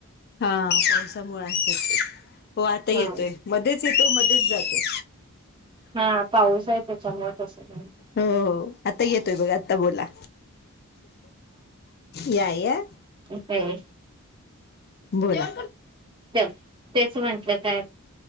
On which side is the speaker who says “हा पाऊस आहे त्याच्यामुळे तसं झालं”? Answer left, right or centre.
Right